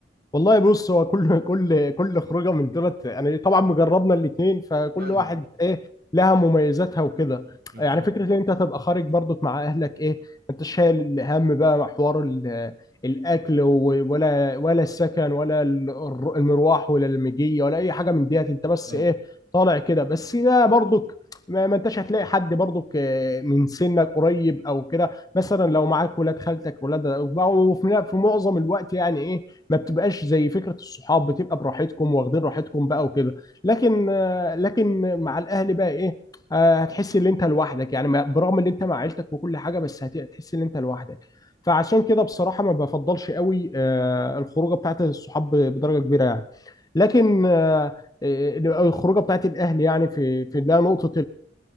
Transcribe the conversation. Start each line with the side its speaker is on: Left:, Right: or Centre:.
Left: والله بص هو كل <laughs> كل كل خروجه من دولت يعني طبعا مجربنا الاثنين فكل
Right: ايوه
Left: واحد
Right: ايوه
Left: ايه لها مميزاتها وكده
Right: بالظبط
Left: يعني فكره ان انت تبقى خارج برضك مع اهلك ايه انت شايل الهم بقى مع حوار ال- <hesitation> الاكل و- ولا ولا السكن ولا ال- الر- المروح ولا المجيه ولا اي حاجه من ديت انت بس
Right: ايوه
Left: ايه طالع كده بس ده برضك ما ما انتش هتلاقي حد برضك آه، من سنك قريب او كده مثلا لو معاك ولاد خالتك ولاد وفي في معظم الوقت يعني ايه ما بتبقاش زي فكره الصحاب بتبقى براحتكم واخدين راحتكم بقى وكده لكن آه، لكن مع الاهل بقى ايه آه، هتحس ان انت لوحدك يعني ما- برغم ان انت مع عيلتك وكل حاجه بس هت- هتحس ان انت لوحدك فعشان كده بصراحه ما بفضلش قوي آه، الخروجه بتاعت الصحاب بدرجه كبيره يعني لكن آه، آه، الخروجه بتاعت الاهل يعني في في ده نقطه